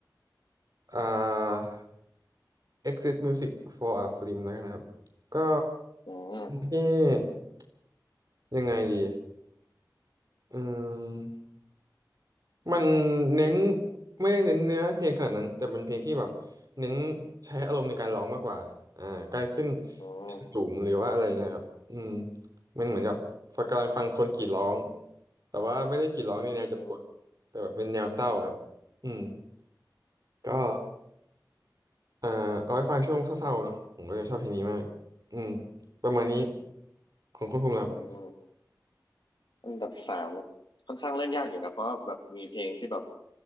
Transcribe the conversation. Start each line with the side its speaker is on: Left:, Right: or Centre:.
Right: อ่า Exit Music for a Film แล้วกันนะครับก็
Left: อืม
Right: ที่ยังไงดีอืมมันเน้นไม่ได้เน้นเนื้อเพลงขนาดนั้นแต่เป็นเพลงที่แบบเน้นใช้อารมณ์ในการร้องมากกว่าอ่าการขึ้น
Left: อืม
Right: เสยงสูงหรือว่าอะไรเงี้ยครับอืมมันเหมือนกับฟังกำลังฟังคนกรีดร้องแต่ว่าไม่ได้กรีดร้องในแนวเจ็บปวดแต่แบบเป็นแนวเศร้าครับอืม
Left: อืม
Right: ก็
Left: อืม
Right: อ่าเอาไว้ฟังช่วงเศร้าๆเนาะผมก็จะชอบเพลงนี้มากอืมประมาณนี้ของคุณภูมิครับ
Left: อืมอันดับสามนะค่อนข้างเล่นยากอยู่นะเพราะแบบมีเพลงที่แบบ